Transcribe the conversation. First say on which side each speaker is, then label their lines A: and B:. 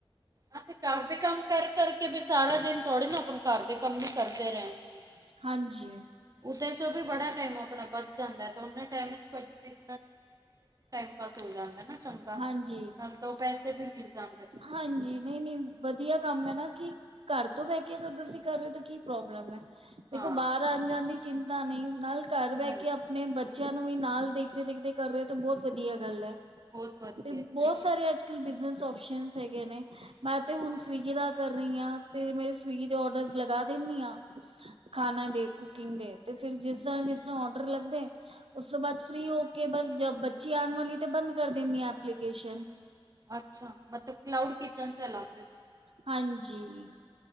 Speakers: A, on the right; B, on the right.
A: ਆ ਤੇ ਕਰ ਦੇ ਕੰਮ ਕਰ ਕਰਕੇ ਬੀ ਸਾਰਾ ਦਿਨ ਥੋੜ੍ਹੇ ਨਾ ਆਪਾਂ ਕਰ ਦੇ ਕੰਮ ਵੀ ਕਰਦੇ ਰੈਨ ਜੀ।
B: ਹਾਂਜੀ।
A: ਉਸੇ ਚ ਵੀ ਬੜਾ ਟੈਮ ਅਪਣਾ ਬਚ ਜਾਂਦਾ ਤੋਂ ਉਤਨੇ ਟੈਮ ਚ ਬੀਜਨਸ <unintelligible> ਪਾਸ ਹੋ ਜਾਂਦੈ ਨਾ ਚੰਗਾ,
B: ਹਾਂਜੀ।
A: ਤਾਂ ਦੋ ਪੈਸੇ ਵੀ ਮਿਲ ਜਾਂਦੇ ਨੇ। ਆਪਣੇ
B: ਹਾਂਜੀ, ਨਈ-ਨਈ ਵਧੀਆ ਕੰਮ ਏ ਨਾ ਕੀ ਘਰ ਤੋਂ ਬੈ ਕੇ ਅਗਰ ਤੁਸੀਂ ਕਰ ਰੇਓ ਤੇ ਕੀ ਪ੍ਰੋਬਲਮ ਐ। ਦੇਖੋ,
A: ਹਾਂ
B: ਬਾਰ ਆਨ-ਜਾਨ ਦੀ ਚਿੰਤਾ ਨੀ ਨਾਲ ਕਰ ਬੈ
A: ਨਹੀਂ
B: ਕੇ ਅਪਨੇ ਬੱਚਿਆਂ ਨੂੰ ਵੀ ਨਾਲ ਦੇਖਦੇ-ਦੇਖਦੇ ਕਰ ਰੇਓ ਤਾਂ ਬੋਤ ਵਧੀਆ ਗੱਲ ਏ।
A: ਬਹੁਤ ਵਧੀਆ
B: ਤੇ ਬੋਤ
A: ਸਹੀ
B: ਸਾਰੇ
A: ਹੈ
B: ਅੱਜ-ਕਲ ਬਿਜਨਸ ਓਪਸ਼ਨ ਹੈਗੇ ਨੇ। ਮੈਂ ਤੇ
A: ਨਾ
B: ਹੁਨ ਸਵੀਗੀ
A: ਹਾਂ
B: ਨਾਲ ਕਰਰੀ ਆ, ਤੇ ਮੇਰੇ ਸਵਿਗੀ ਦੇ ਅੋਡਰਸ ਲਗਾ ਦੈਨੀ ਆਂ। ਖਾਨਾ
A: ਹਾਂ
B: ਦੇ, ਕੁਕਿੰਗ ਦੇ ਤੇ ਫਿਰ ਜਿਸ
A: ਅੱਛਾ
B: ਤਰਾ ਜਿਸ ਤਰ੍ਹਾਂ ਔਡਰ ਲੱਗਦੇ ਉਸ ਤੋਂ ਬਾਦ ਫ੍ਰਰੀ ਹੋ ਕੇ ਬਸ, ਜਬ ਬੱਚੀ ਆਨ ਵਾਲੀ ਤੇ ਬੰਦ ਕਰ ਦੈਨੀ ਆ ਐਪਲੀਕੇਸ਼ਨ।
A: ਅੱਛਾ ਮਤਲਬ ਕਲਾਊਡ ਕਿਚਨ ਚਲਾ
B: ਹਾਂਜੀ।